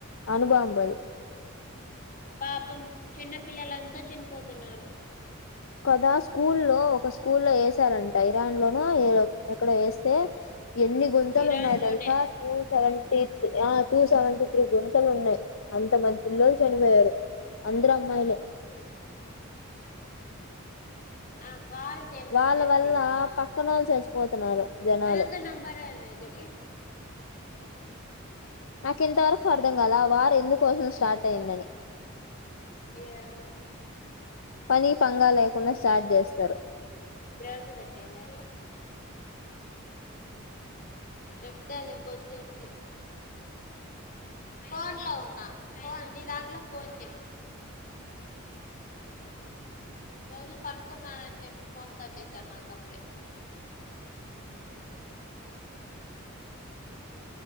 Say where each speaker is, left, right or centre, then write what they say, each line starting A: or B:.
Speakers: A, on the left; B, on the left.
A: అణుబాంబుల్
B: పాపం చిన్న పిల్లలంతా చనిపోతున్నారు
A: కదా స్కూల్లో ఒక స్కూల్లో ఏసారంట ఇరాన్లోనో ఎక్కడో వేస్తే ఎన్ని గుంతలు
B: ఇరాన్
A: ఉన్నాయో
B: లోనే
A: తెలుసా two seventy two seventy గుంతలు ఉన్నాయి అంత మంది పిల్లలు చనిపోయారు అందరూ అమ్మాయిలే
B: ఆ కాల్ చేయమని
A: వాళ్ళ
B: చెప్తి
A: వల్ల
B: కదా
A: పక్కనోళ్ళు చచ్చిపోతున్నారు జనాలు
B: అదక్క నంబర్ అయితే
A: నాకింతవరకు అర్థం కాల ఆ వారు ఎందుకోసం స్టార్ట్ అయిందని
B: ఏమో
A: పని పంగా లేకుండా స్టార్ట్ చేస్తారు
B: బేల్ తో తెప్పియాలి చెప్తాలే కొద్దిసేపుకి ఫోన్ లో ఉన్నా ఫోన్ నీ దాంట్లో ఫోన్ చెయి రోజు పనుకున్నానని చెప్పి ఫోన్ కట్ చేసారు నాకప్పుడే